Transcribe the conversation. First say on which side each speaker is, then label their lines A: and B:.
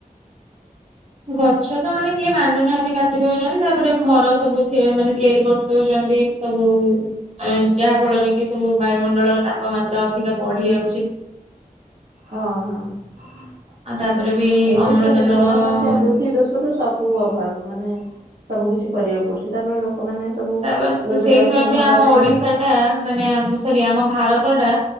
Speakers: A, on the right; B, on the right.
A: ଗଛ ତ ମାନେ କିଏ ମାନୁନାହାନ୍ତି କାଟି ଦଉଛନ୍ତି ତାପରେ ଘର ସବୁ ମାନେ ତିଆରି କରି ଦଉଛନ୍ତି ସବୁ ମ ଯାହା ଫଳରେ କି ସବୁ ବାୟୁମଣ୍ଡଳର ତାପମାତ୍ରା ଅଧିକା ବଢି ଯାଉଛି।
B: ହଁ ହଁ।
A: ଆଉ ତାପରେ ବି
B: ଏଇ
A: ଅମ୍ଳଜାନର
B: ସବୁ ଜନସଂଖ୍ୟା ବୃଦ୍ଧି ଦଶର ସବୁ ଅଭାବ ମାନେ ସବୁ କିିଛି କରିବାକୁ ପଡୁଛି ତାପରେ। ଲୋକମାନେ ସବୁ
A: ତାପ
B: ରୋଜଗାର
A: ସେଇଥିପାଇଁ
B: କ୍ଷମ
A: ବି
B: ହବା
A: ଆମ
B: ପାଇଁ
A: ଓଡିଶା ଟା ମାନେ ସରି ଆମ ଭାରତ ଟା